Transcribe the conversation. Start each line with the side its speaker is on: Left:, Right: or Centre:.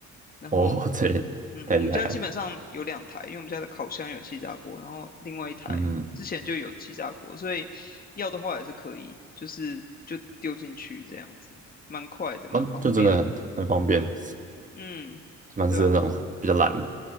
Left: 然后，
Right: 哦，<laughs> 这也太厉害了，
Left: 嗯，我们家基本上有两台，因为我们家的烤箱有气炸锅，然后另外一台之前就有气炸锅，
Right: 嗯，
Left: 所以要的话也是可以，就是就丢进去这样子，蛮快的，蛮方便的。
Right: 啊就真的很很方便。
Left: 嗯，
Right: 蛮是那种比较懒的
Left: 对啊，